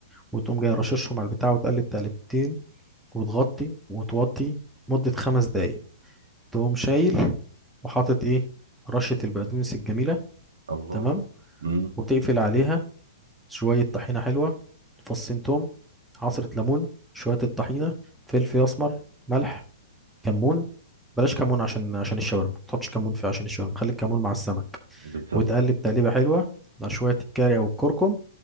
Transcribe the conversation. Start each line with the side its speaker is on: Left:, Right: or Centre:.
Centre: وتقوم جاي رششهم على البتاع وتقلب تقلبتين وتغطي وتوطي مدة خمس دقايق تقوم شايل وحاطط ايه رشة البقدونس الجميلة
Right: الله
Centre: تمام
Right: امم
Centre: وتقفل عليها شوية طحينة حلوة فصين توم عصرة ليمون شوية الطحينة فلفل أسمر ملح كمون بلاش كمون عشان عشان الشاورما ما تحطش كمون في عشان الشاورما خلي الكمون مع السمك
Right: بالظبط
Centre: وتقلب تقليبة حلوة مع شوية الكاري أو الكركم